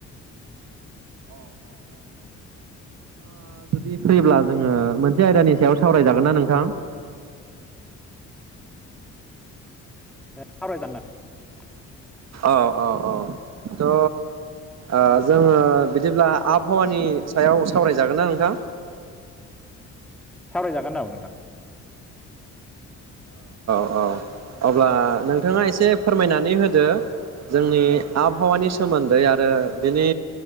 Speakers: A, on the right; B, in the centre.
A: अ अ अ अ नोंथांङा जुदि फ्रिब्ला जोङो मोनसे आयदानि सायाव सावरायजागोन ना नोंथां
B: <unintelligible>
A: अ अ अ थ' ओ जोङो
B: औ
A: बिदिब्ला आबहावानि सायाव सावरायजागोन ना नोंथां
B: सावरायजागोन औ नोंथां
A: अ अब्ला नों थाङा एसे फोरमायनानै होदो जोंनि आबहावानि सोमोन्दै आरो बिनि